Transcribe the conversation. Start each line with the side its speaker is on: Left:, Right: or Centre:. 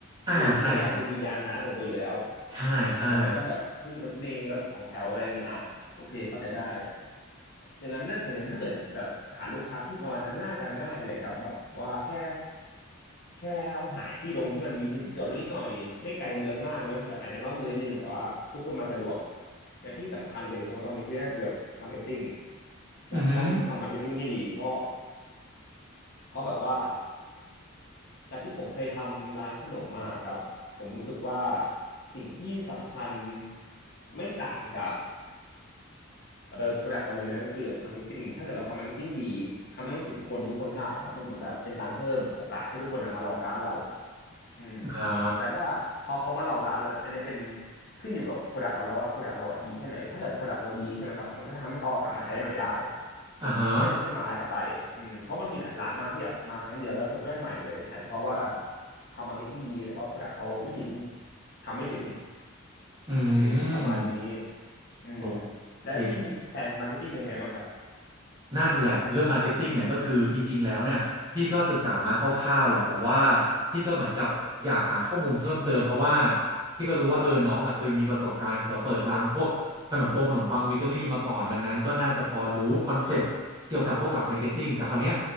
Right: อ่าใช่ครับ
Left: คือไอ้ที่แน่ๆคือมียานพาหนะส่วนตัวอยู่แล้ว
Right: ใช่ใช่
Left: อาจจะไม่ต้องแบบพึ่งรถเมล์รถสองแถวอะไรอย่างงี้อ่ะโอเคเข้าใจได้ อย่างนั้นนั่นอย่างนั้นถ้าเกิดแบบฐานลูกค้าพี่ประมาณนั้นน่าจะง่ายเลยครับแบบว่าแค่แค่ต้องหาที่ลงที่มันมีพื้นที่จอดรถนิดหน่อยไม่ไกลเมืองมากเนอะแบบอาจจะนอกเมืองนิดนึงแต่ว่าทุกคนมาสะดวกและที่สำคัญเลยผมว่าตอนนี้คือน่าจะเป็นแบบมาร์เก็ตติ้งแบบต้องทำมาร์เก็ตติ้งให้ดีเพราะ
Right: อือหือ
Left: เพราะแบบว่าจากที่ผมเคยทำร้านขนมมาครับผมรู้สึกว่าสิ่งที่สำคัญไม่ต่างจาก เออโปรดักต์เราเลยนะก็คือมาร์เก็ตติ้งถ้าเกิดเราทำมาร์เก็ตติ้งดีทำให้มันถึงคนทุกคนได้ครับมันเหมือนแบบเป็นการเพิ่มโอกาสให้ทุกคนน่ะมาลองร้านเราอืม
Right: อ่า
Left: แล้วก็พอเขามาลองร้านแล้วอันเนี้ยเป็นขึ้นอยู่กับโปรดักต์เราแล้วว่าโปรดักต์เราอ่ะดีแค่ไหน ถ้าเกิดโปรดักต์เราดีใช่ไหมครับมันก็ทำให้เขาอะกลับมาใช้ใหม่ได้
Right: อ่าฮะ
Left: อืมไม่ใช่แค่มาแล้วก็ไปอืมเพราะมันมีหลายร้านมากที่แบบมาครั้งเดียวแล้วคนก็ไม่มาอีกเลยอาจจะเพราะว่าทำมาร์เก็ตติ้งดีแต่ว่าโปรดักต์เขาไม่ถึงทำไม่ถึง
Right: อืม
Left: อืมประมาณนี้ อืม
Right: โอเค
Left: และพี่มีแพลนมาร์เก็ตติ้งยังไงบ้างครับ
Right: นั่นแหละเรื่องมาร์เก็ตติ้งเนี่ยก็คือจริงๆแล้วเนี่ยพี่ก็ศึกษามาคร่าวๆแหละแต่ว่าพี่ก็เหมือนกับอยากหาข้อมูลเพิ่มเติมเพราะว่าพี่ก็รู้ว่าเออน้องอ่ะเคยมีประสบการณ์กับเปิดร้านพวกขนมปงขนมปังเบเกอรี่มาก่อนดังนั้นก็น่าจะพอรู้คอนเซปต์เกี่ยวกับพวกหลักมาร์เก็ตติ้งแต่คราวเนี้ย